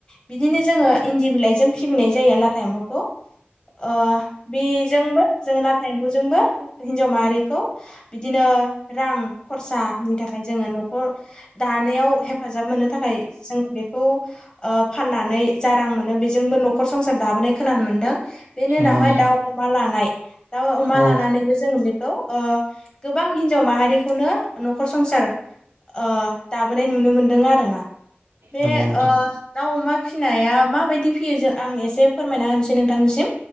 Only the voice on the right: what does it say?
नंगौ
नोंथां
औ
नंगौ नोंथां